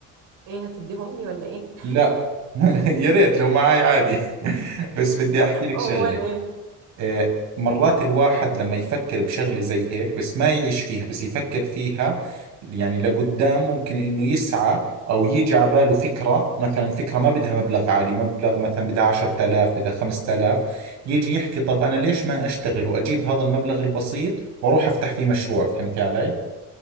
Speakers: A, on the right; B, on the right.
A: ايه هتديهم لي ولا ايه
B: لا <laughs> يا ريت لو معاي عادي <laughs> بس بدي احكي لك
A: امال
B: شغلة
A: ايه
B: آه، مرات الواحد لما يفكر بشغلة زي هيك بس ما يعيش فيها بس يفكر فيها يعني لقدام ممكن انه يسعى او يجي على باله فكرة مثلا فكرة ما بدها مبلغ عالي مبلغ مثلا بدها 10000 بدها 5000 يجي يحكي طب انا ليش ما اشتغل واجيب هذا المبلغ البسيط واروح افتح فيه مشروع فهمتي علي؟